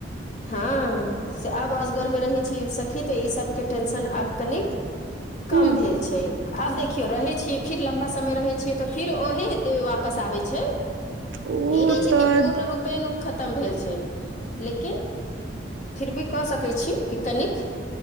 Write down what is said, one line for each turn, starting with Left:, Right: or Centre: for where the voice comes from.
Left: हँ से आब असगरमे रहैत छी सखी तऽ ईसभके टेंशन आब कनिक कम
Right: हूँ
Left: भेल छै। आब देखियौ रहै छियै फिर लम्बा समय रहै छियै तऽ फिर ओही वापस आबै छै।
Right: उ
Left: ई नहि छै
Right: तऽ
Left: कि पूर्ण रूपेण खतम भेल छै। लेकिन फिर भी कऽ सकैत छी कि कनिक।